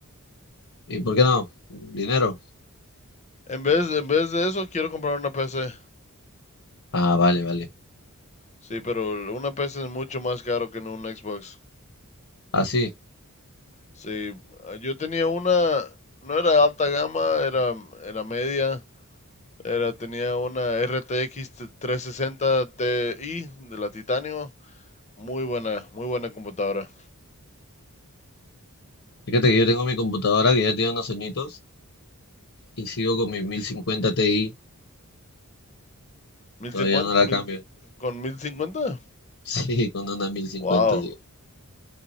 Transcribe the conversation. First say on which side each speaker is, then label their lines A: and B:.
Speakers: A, on the left; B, on the left.
A: ¿Y por qué no? ¿Dinero?
B: En vez, en vez de eso, quiero comprar una PC.
A: Ah, vale, vale.
B: Sí, pero una PC es mucho más caro que en un Xbox.
A: Así.
B: Sí, yo tenía una, no era alta gama, era, era media, era, tenía una RTX 360 Ti de la Titanio, muy buena, muy buena computadora.
A: Fíjate que yo tengo mi computadora que ya tiene unos añitos y sigo con mi 1050 Ti.
B: 1050,
A: Todavía no la
B: mil-
A: cambio. <laughs>
B: con 1050,
A: Sí, con una 1050
B: wow.
A: digo.